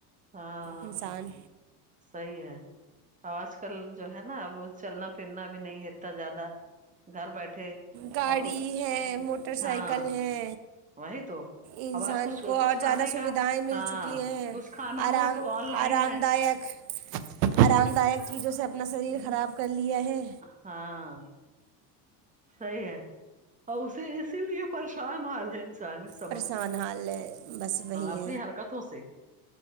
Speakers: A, on the right; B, on the right.
A: ہاں
B: انسان
A: صحیح ہے آج کل جو ہے نا اب چلنا پھرنا بھی نہیں ہےتا زیادہ گھر بیٹھے
B: گاڑی
A: اور کچھ
B: ہے موٹر
A: ہاں
B: سائیکل ہے
A: وہی تو
B: انسان
A: آواز کچھ
B: کو
A: کچھ
B: اور
A: کھانے
B: زیادہ سویدھائیں
A: کا
B: مل
A: ہاں
B: چکی ہیں
A: کچھ کھانا
B: آرام
A: ہو تو آن لائن
B: آرام
A: ہے
B: دائیک آرام دائک چیزوں سے اپنا شریر خراب کر لیا ہے
A: ہاں صحیح ہے اور اسے اسی لیے پریشان حال ہے پریشان ہے اس سمے
B: پریشان حال ہے بس وہی
A: اپنی حرکتوں سے